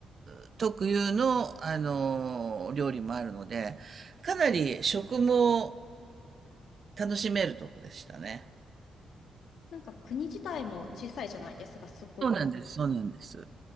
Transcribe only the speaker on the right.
ル特有の、あの料理もあるので、かなり食も楽しめるとこでしたね。
そうなんです、そうなんです。